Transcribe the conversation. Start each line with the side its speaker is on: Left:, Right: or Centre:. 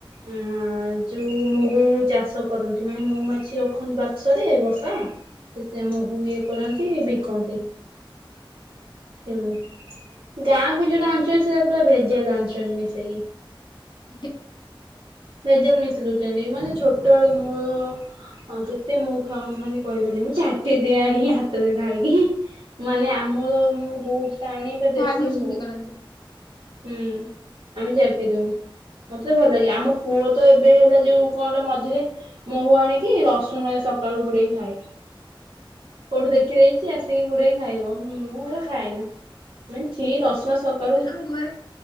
Right: ଆ ଯୋଉ ମହୁ ଚାଷ କରନ୍ତି ମାନେ ମହୁମାଛି ରଖନ୍ତି ବାକ୍ସରେ ଆଁ ସେ
Left: ହୁଁ ହୁଁ
Right: ମହୁ ଇଏ କରନ୍ତି ବିକନ୍ତି।
Left: ହଁ।
Right: ହୁଁ ଗାଁକୁ ଯୋଉଟା ଆଣୁଚନ୍ତି ସେଟା ପୁରା ଭେଜାଲ ଆଣୁଛନ୍ତି ମିଶେଇକି।
Left: <unintelligible>
Right: ମେଜଲ ମିଶେଇ ଦଉଛନ୍ତି ମାନେ ଛୋଟଲୁ ମୋଳ ଅ କେତେ ମହୁ ଖାଉ ମାନେ କହିହବନି ମୁଁ ଚାଟି ଦିଏ ଆଣିକି ହାତରେ ଢାଳିକି। ମାନେ
Left: ନା
Right: ଆମର
Left: ନା
Right: ମୁଁ ବୋଉ ଆନେ
Left: ମୋ
Right: ବା ପୁରା ଦେଶୀ
Left: ଭାଇ ଭଉଣୀ ସେମିତି
Right: ମହୁ।
Left: କରନ୍ତି।
Right: ହୁଁ ଆମେ ଚାଟି ଦଉ। ମତେ ତ ଭଲ ଲାଗେ ଆମ ପୁଅ ତ ଏବେ ହେଲେ ଯୋଉ କଣ ମଝିରେ ମହୁ ଆଣିକି ରସୁଣରେ ସକାଳୁ ବୁଡେଇକି ଖାଏ। କୋଉଠୁ ଦେଖିଦେଇଛି ଆସିକି ବୁଡେଇକି ଖାଇବ ମୁଁ ହେରା ଖାଏନା। <unintelligible> ଛି ରସୁଣ ସକାଳୁ
Left: ମୁଁ ଘରେ